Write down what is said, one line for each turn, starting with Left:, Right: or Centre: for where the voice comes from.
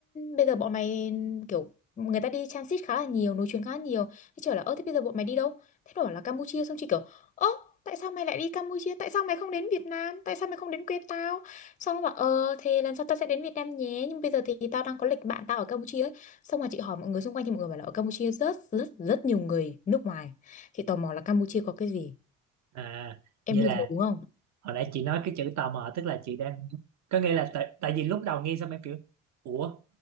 Left: bây giờ bọn mày kiểu người ta đi transit khá là nhiều nối chuyến khá là nhiều thế trời là ơ thế bây giờ bọn mày đi đâu thế nó bảo là Campuchia xong chị kiểu ơ tại sao mày lại đi Campuchia tại sao mày không đến Việt Nam tại sao mày không đến quê tao xong nó bảo ờ thì lần sau tao sẽ đến Việt Nam nhé nhưng bây giờ thì tao đang có lịch bạn tao ở Campuchia ấy. xong rồi chị hỏi mọi người xung quanh thì mọi người bảo là ở Campuchia rất rất rất nhiều người nước ngoài chị tò mò là Campuchia có cái gì
Right: À,
Left: em
Right: vậy
Left: đi
Right: là
Left: rồi đúng không
Right: hồi nãy chị nói cái chữ tò mò tức là chị đang có nghĩa là tại, tại vì lúc đầu nghe xong em kiểu ủa